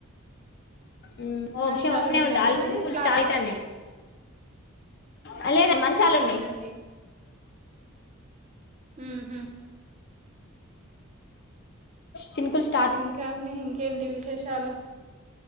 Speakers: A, on the left; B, on the right.
A: ఉమ్ ఓ
B: మంచాలు
A: క్షామ్ ఒస్నేఉంది
B: ఉన్నాయా అండి
A: ఆల్
B: మరి
A: చినుకులు
B: స్లాపా
A: స్టాట్ అయినై ఆ లేదన్ మంచాలూనై
B: అవునండి ఉహు
A: చినుకుల్
B: ఇంకా అండి ఇంకేంటి విశేషాలు